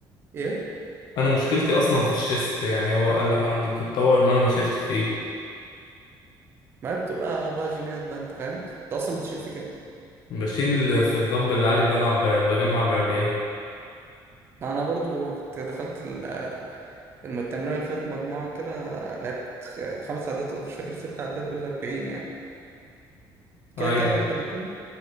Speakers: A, on the right; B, on the left.
A: إيه؟
B: انا مشكلتي اصلا في الشيست يعني هو اقل حاجه عندي بتتطور مهما شلت فيه
A: ما هي بتبقى بقى جينات بقى أنت فاهم؟ أنت أصلا بتشيل في كام؟
B: بشيل في الدمبل العالي بلعب ب- بجمع ب 40
A: ما أنا برضو كنت دخلت ال- آه، الم- التمرين اللي فات مجموعة كده لعبت خ- خمس عدات أنا مش فاكر ست عدات بال 40 يعني كده
B: ايوه
A: كده أنا ال 30